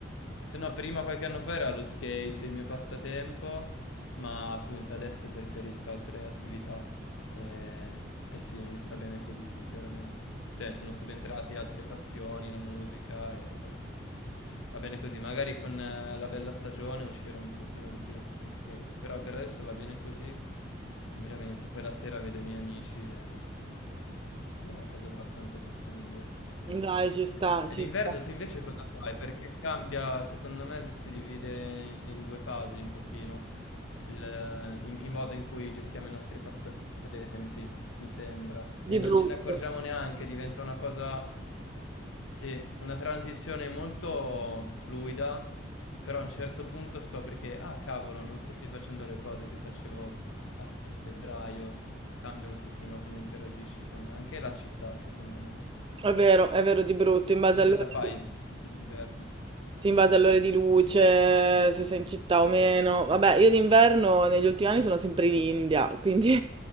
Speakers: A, on the left (about 85°); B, on the right (about 25°).
A: se no, prima qualche anno fa era lo skate il mio passatempo, ma appunto adesso preferisco altre attività. Eh, e sì, mi sta bene così, sinceramente cioè sono subentrati altre passioni, la musica e poi boh, va bene così. Magari con eh, la bella stagione uscire un pochino di più in skate, però per adesso va bene così, non mi lamento. Poi la sera vedo i miei amici e Sembra una cosa abbastanza sostenibile, sì.
B: Dai, ci sta,
A: E
B: ci
A: d'inverno
B: sta.
A: tu invece cosa fai? Perché cambia, secondo me, se si divide in due fasi un pochino il, il- il modo in cui gestiamo i nostri passatempi, mi sembra. E
B: Di brutto.
A: non ce ne accorgiamo neanche, diventa una cosa sì, una transizione molto fluida, però a un certo punto scopri che, ah cavolo, non sto più facendo le cose che facevo a febbraio, cambia un pochino come interagisci con anche la città, secondo me.
B: È vero, è vero, di brutto, in base
A: Tu
B: alle
A: cosa
B: ore.
A: fai di solito d'inverno?
B: Sì, in base alle ore di luce, se sei in città o meno. Vabbè, io d'inverno negli ultimi anni sono sempre in India, quindi